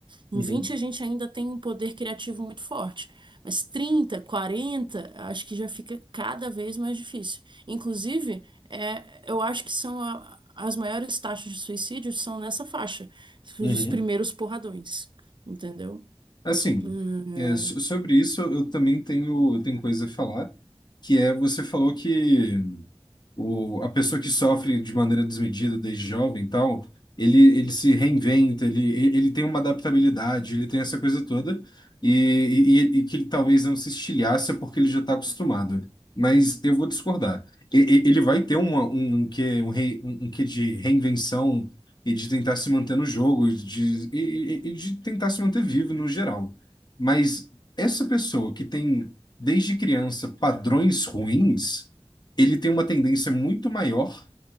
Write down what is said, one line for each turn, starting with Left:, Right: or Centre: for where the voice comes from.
Right: Com
Left: uhum,
Right: 20 a gente ainda tem um poder criativo muito forte, mas trinta quarenta acho que já fica cada vez mais difícil. Inclusive, é, eu acho que são a- as maiores taxas de suicídio são nessa faixa, os
Left: uhum.
Right: primeiros porradões, entendeu?
Left: Assim,
Right: Hum,
Left: é,
Right: é,
Left: so- sobre isso eu eu também tenho, eu tenho coisa a falar, que é, você falou que O, a pessoa que sofre de maneira desmedida desde jovem e tal, ele, ele se reinventa, ele, ele tem uma adaptabilidade, ele tem essa coisa toda, e, e, e- que ele talvez não se estilhaça porque ele já está acostumado. Mas eu vou discordar. E- e- Ele vai ter uma, um, um quê, um, rei- um, um quê de reinvenção e de tentar se manter no jogo, e de, e, e- e de tentar se manter vivo no geral. Mas essa pessoa que tem, desde criança, padrões ruins ele tem uma tendência muito maior